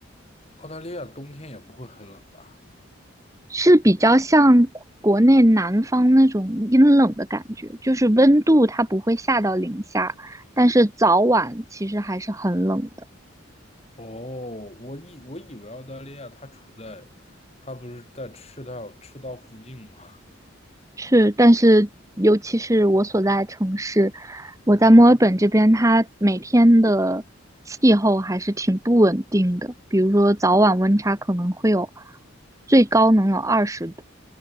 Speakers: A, on the left; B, on the right.
A: 澳大利亚冬天也不会很冷吧？
B: 是比较像国内南方那种阴冷的感觉，就是温度它不会下到零下，但是早晚其实还是很冷的。
A: 哦，我以我以为澳大利亚它处在，它不是在赤道赤道附近吗？
B: 是，但是尤其是我所在城市，我在墨尔本这边，它每天的气候还是挺不稳定的，比如说早晚温差可能会有最高能有二十度。